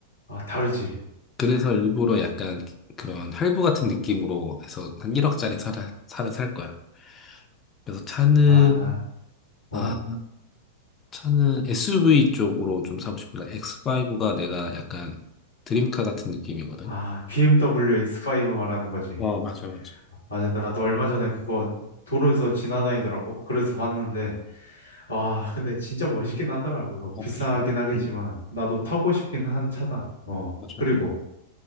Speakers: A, on the left; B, on the left.
A: 아, 다르지?
B: 그래서 일부러 약간 그런 할부 같은 느낌으로 해서 한 1억짜리 차를, 차를 살 거야. 그래서 차는
A: 아, 어,
B: 아, 차는 SUV 쪽으로 좀 사고 싶다. X5가 내가 약간 드림카 같은 느낌이거든.
A: 아, BMW X5 말하는 거지?
B: 어, 맞아, 맞아.
A: 맞아, 나도 얼마 전에 그거 도로에서 지나다니더라고. 그래서 봤는데, 와, 근데 진짜 멋있긴 하더라, 그거.
B: 어
A: 비싸긴
B: 맞아.
A: 하겠지만,
B: 음.
A: 나도 타고 싶긴 한 차다. 어,
B: 맞아.
A: 그리고,